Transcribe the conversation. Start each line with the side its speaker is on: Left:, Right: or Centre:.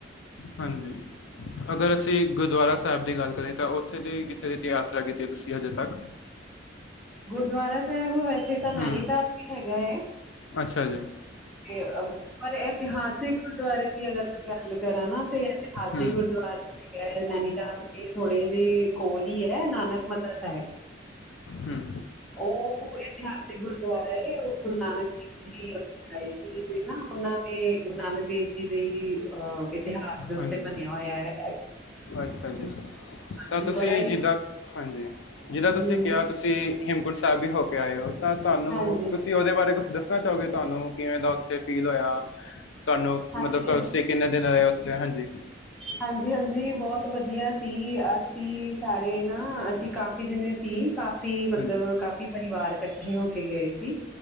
Left: ਹਾਂਜੀ, ਅਗਰ ਅਸੀਂ ਗੁਰਦੁਆਰਾ ਸਾਹਿਬ ਦੀ ਗੱਲ ਕਰੀਏ ਤਾਂ ਉੇ ਕਿੱਥੇ ਕਿੱਥੇ ਦੀ ਯਾਤਰਾ ਕੀਤੀ ਤੁਸੀਂ ਹਜੇ ਤੱਕ?
Centre: ਗੁਰਦੁਆਰਾ ਸਾਹਿਬ ਵੈਸੇ ਤਾਂ ਨੈਨੀਤਾਲ
Left: ਹੂੰ,
Centre: ਵੀ ਹੈਗਾ ਏ।
Left: ਅੱਛਾ ਜੀ।
Centre: ਤੇ ਪਰ ਇਤਿਹਾਸਿਕ ਗੁਰਦੁਆਰੇ ਦੀ ਅਗਰ ਗੱਲ ਕਰਾਂ ਨਾ ਤੇ ਇਤਿਹਾਸਿਕ
Left: ਹੂੰ,
Centre: ਗੁਰਦੁਆਰਾ ਨੈਨੀਤਾਲ ਦੇ ਥੋੜੇ ਜਹੇ ਕੋਲ ਹੀ ਹੈ ਨਾਨਕ ਮਾਤਾ ਸਾਹਿਬ
Left: ਹੂੰ,
Centre: ਉਹ ਇਤਿਹਾਸਿਕ ਗੁਰਦੁਆਰਾ ਹੈ ਉਹ ਗੁਰੂ ਨਾਨਕ ਦੇਵ ਜੀ ਆਏ ਸੀ ਤੇ ਨਾ ਉਹਨਾਂ ਦੇ ਗੁਰੂ ਨਾਨਕ ਦੇਵ ਜੀ ਦੇ ਅਹ ਇਤਿਹਾਸ ਦੇ ਉੱਤੇ
Left: ਹਾਂਜੀ।
Centre: ਬਣਿਆ ਹੋਇਆ ਹੈ। ਹਾਂਜੀ
Left: ਅੱਛਾ ਜੀ, ਤਾਂ ਤੁਸੀਂ
Centre: ਬੜਾ ਹੀ
Left: ਜਿੱਦਾਂ ਹਾਂਜੀ ਜਿਦਾਂ ਤੁਸੀਂ
Centre: ਹੂੰ,
Left: ਕਿਹਾ ਤੁਸੀਂ ਹੇਮਕੁੰਟ ਸਾਹਿਬ ਵੀ ਹੋ ਕੇ ਆਏ ਹੋ ਤਾਂ ਤੁਹਾਨੂੰ
Centre: ਹਾਂਜੀ।
Left: ਤੁਸੀਂ ਤੁਸੀਂ ਉਹਦੇ ਬਾਰੇ ਕੁਛ ਦੱਸਣਾ ਚਾਹੋਗੇ ਤੁਹਾਨੂੰ ਕਿਵੇਂ ਦਾ ਉੱਥੇ ਫੀਲ ਹੋਇਆ। ਤੁਹਾਨੂੰ
Centre: ਹਾਂਜੀ,
Left: ਮਤਲਬ
Centre: ਹਾਂ-
Left: ਤੁਸੀ ਕਿੰਨੇ ਦਿਨ ਰਹੇ ਹੋ ਉੱਥੇ, ਹਾਂਜੀ।
Centre: ਹਾਂਜੀ, ਹਾਂਜੀ ਬਹੁਤ ਵਧੀਆ ਸੀ ਅ ਸੀ ਸਾਰੇ ਨਾ ਅਸੀਂ ਕਾਫੀ ਜਿੰਨੇ ਸੀ ਕਾਫੀ ਮਤਲਬ
Left: ਹਾਂਜੀ।
Centre: ਕਾਫੀ ਪਰਿਵਾਰ ਇਕੱਠੇ ਹੋ ਕੇ ਗਏ ਸੀ।